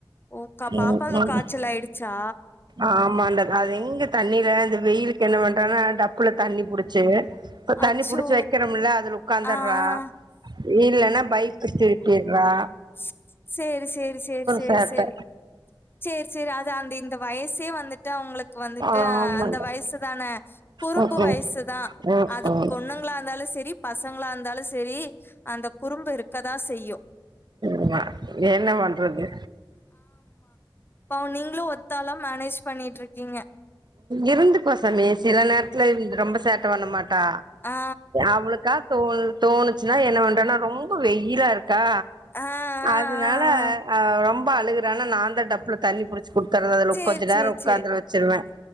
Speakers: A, on the left; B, on the right.
A: ஓக்கா
B: ம்
A: பாப்பாக்கு
B: ம்
A: காய்ச்சல் ஆயிடுச்சா
B: ஆமாண்டா அது எங்க தண்ணில இந்த வெயிலுக்கு என்ன பண்றன்னா டப்புல தண்ணி புடிச்சு இப்ப தண்ணி
A: அச்சோ
B: புடிச்சு வைக்கிறோம்ல அதுல உட்காந்துடுறா
A: ஆ ஆ
B: இல்ன்னா பைப்பு திருப்பிடுறா
A: ஸ்சேரி சேரி சேரி சேரி
B: சேட்ட
A: சேரி சேரி சேரி அது அந்த இந்த வயசே வந்துட்டு அவங்களுக்கு வந்துட்டு
B: ஆமாண்டா
A: அந்த வயசுதான குறும்பு
B: ம் ம்
A: வயசுதான்
B: ம்
A: அது
B: ம்
A: பொண்ணுங்களா இருந்தாலும் சேரி பசங்களா இருந்தாலும் சேரி அந்த குறும்பு இருக்கதா செய்யும்
B: ஆமா என்ன பண்றது
A: பாவோநீங்களும் ஒத்தாலாம் மேனேஜ் பண்ணிட்டு இருக்கீங்க
B: இருந்துப்ப சாமி சில நேர த்தில ரொம்ப சேட்டை பண்ண மாட்டா
A: ஆ
B: அவளுக்கா தோ தோணுச்சுன்னா என்ன பண்றனா ரொம்ப வெயிலா இருக்கு கா
A: ஆ ஆ ஆ
B: அதனால
A: ஆ
B: ரொம் அழுகுறானா நான்த டப்புல தண்ணி புடிச்சி கொடுத்துறது அதுல
A: சேர்
B: கொஞ்ச
A: சேர்
B: நேரம் உட்காந்துர
A: சேர்
B: வச்சிருவேன்